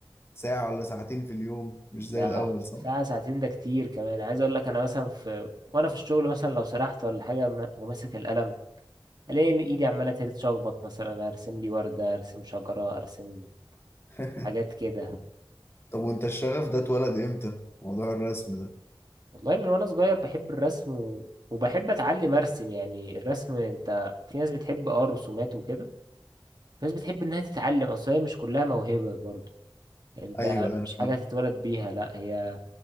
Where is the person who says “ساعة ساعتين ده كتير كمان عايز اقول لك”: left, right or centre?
Right